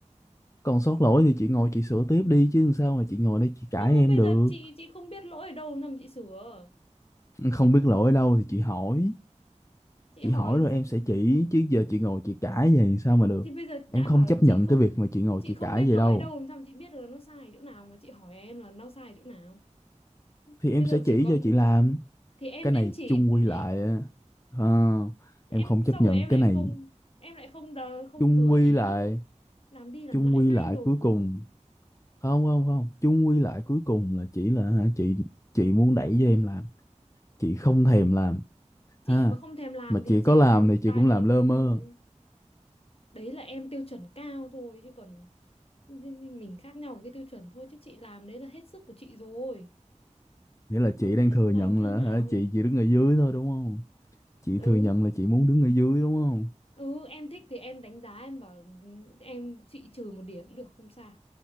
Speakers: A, on the left; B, on the left.
A: còn sót lỗi thì chị ngồi chị sửa tiếp đi chứ làm sao mà chị ngồi đây chị cãi
B: nhưng mà
A: em
B: bây
A: được
B: giờ chị chị không biết lỗi ở đâu làm sao mà chị sửa
A: không biết lỗi ở đâu thì chị hỏi
B: chị
A: chị
B: hỏi
A: hỏi rồi em sẽ chỉ chứ giờ chị ngồi chị cãi vậy sao mà được
B: thì bây giờ đã
A: em không
B: bảo
A: chấp
B: là chị
A: nhận
B: không
A: cái việc mà chị ngồi
B: chị
A: chị
B: không
A: cãi
B: biết lỗi
A: vậy đâu
B: ở đâu làm sao mà chị biết được là nó sai ở chỗ nào mà chị hỏi em là nó sai ở chỗ nào
A: thì
B: thì
A: em
B: bây
A: sẽ
B: giờ chỉ
A: chỉ
B: có
A: cho chị làm
B: thì em
A: cái
B: em
A: này
B: chỉ
A: chung quy lại
B: em,
A: á, ờ,
B: em
A: em không chấp
B: xong
A: nhận
B: rồi em lại
A: cái này
B: không em lại không đờ, không
A: chung
B: vừa
A: quy
B: ý
A: lại
B: làm đi làm
A: chung
B: lại
A: quy
B: mai
A: lại
B: nộp
A: cuối cùng
B: rồi
A: không không không chung quy lại cuối cùng là chỉ là hả, chị chị muốn đẩy cho em làm chị không thèm làm
B: chị
A: ha
B: mà không thèm làm
A: mà
B: thì
A: chị
B: chị
A: có làm thì chị
B: bao
A: cũng
B: nhiêu
A: làm lơ mơ
B: đấy, đấy là em tiêu chuẩn cao thôi chứ còn mình khác nhau một cái tiêu chuẩn thôi chứ chị làm đấy là hết sức của chị rồi
A: nghĩa là chị
B: rồi biết
A: đang thừa
B: làm
A: nhận
B: sao
A: là
B: nào
A: hả,
B: giờ
A: chị chỉ đứng ở dưới thôi đúng không chị
B: ừ
A: thừa nhận là chị muốn đứng ở dưới đúng không
B: Ừ em thích thì em đánh giá em bảo em chị trừ một điểm cũng được không sao.